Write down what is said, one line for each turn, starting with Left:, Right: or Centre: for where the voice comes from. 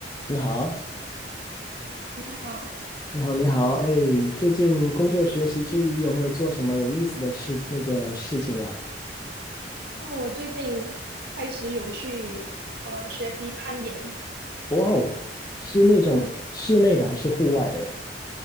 Left: 你好，
Right: 你好，
Left: 你好，你好，哎，最近工作学习之余，有没有做什么有意思的事，那个事情呀？
Right: 哦，我最近开始有去呃学习攀岩，
Left: 哇哦，是那种室内的还是户外的呀？
Right: <laughs>